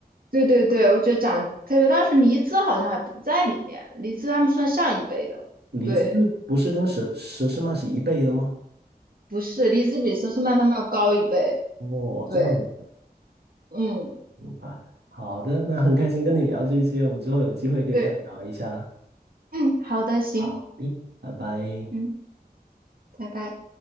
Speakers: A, on the right; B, on the right.
A: 对对对，我觉得长得特别，当时黎姿好像还不在里面，黎姿他们算上一辈的，
B: 李子不是跟佘佘诗曼是一辈的吗？
A: 对，不是，黎姿比佘诗曼他们要高一辈，
B: 哦，
A: 对，
B: 这样明
A: 嗯，
B: 白。好的，那很开心跟你聊这些，我们之后有机会可以再聊一下。
A: 对，嗯，好的，行，
B: 好的，拜拜。
A: 嗯，拜拜。